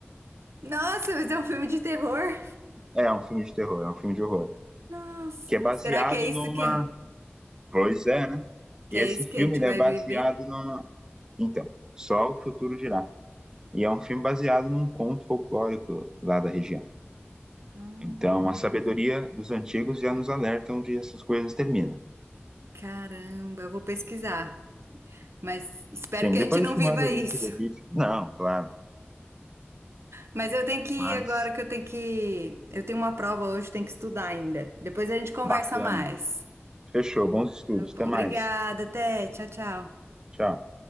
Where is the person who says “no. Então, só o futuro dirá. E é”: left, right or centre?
Right